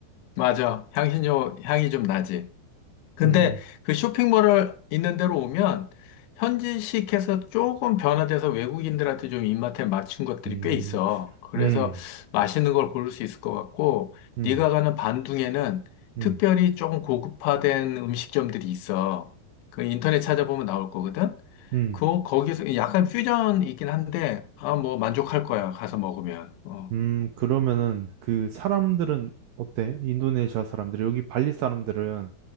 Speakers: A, on the left; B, on the right.
A: 맞아. 향신료 향이 좀 나지. 근데
B: 음,
A: 그 쇼핑몰을 있는 데로 오면 현지식에서 조금 변화돼서 외국인들한테 좀 입맛에 맞춘 것들이
B: 음,
A: 꽤 있어. 그래서
B: 음,
A: 맛있는 걸 고를 수 있을 것 같고,
B: 음,
A: 네가 가는 반둥에는
B: 음,
A: 특별히 조금 고급화된 음식점들이 있어. 그 인터넷 찾아보면 나올 거거든.
B: 음,
A: 그 거기서 약간 퓨전이긴 한데, 아, 뭐 만족할 거야. 가서 먹으면. 어.
B: 음. 그러면은 그 사람들은 어때? 인도네시아 사람들, 여기 발리 사람들은